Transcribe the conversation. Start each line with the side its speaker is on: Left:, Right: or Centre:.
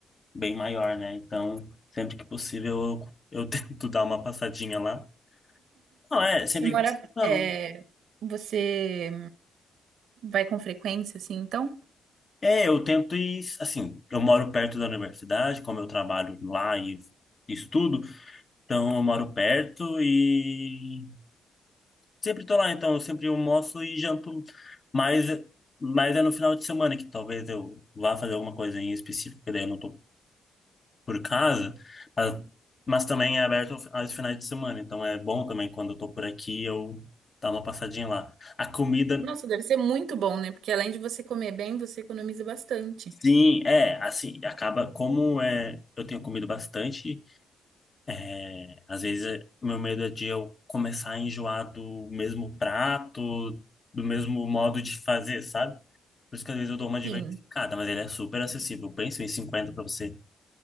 Left: bem maior, né? Então, sempre que possível, eu, eu <laughs> tento dar uma passadinha lá. Não, é, sempre
Right: Você mora,
Left: que possível, não.
Right: é, você vai com frequência, assim, então?
Left: É, eu tento ir, assim, eu moro perto da universidade, como eu trabalho lá e estudo, então eu moro perto e sempre tô lá, então eu sempre almoço e janto, mas, mas é no final de semana que talvez eu vá fazer alguma coisa em específico, que daí eu não tô por casa, mas, mas também é aberto aos finais de semana, então é bom também quando eu tô por aqui eu dar uma passadinha lá. A comida,
Right: Nossa, deve ser muito bom, né? Porque além de você comer bem, você economiza bastante.
Left: sim, é, assim, acaba como é, eu tenho comido bastante, é, às vezes é- o meu medo é de eu começar a enjoar do mesmo prato, do mesmo modo de fazer, sabe? Por isso que às vezes eu dou uma diversificada,
Right: Sim.
Left: mas ele é super acessível. Pensa em 50 para você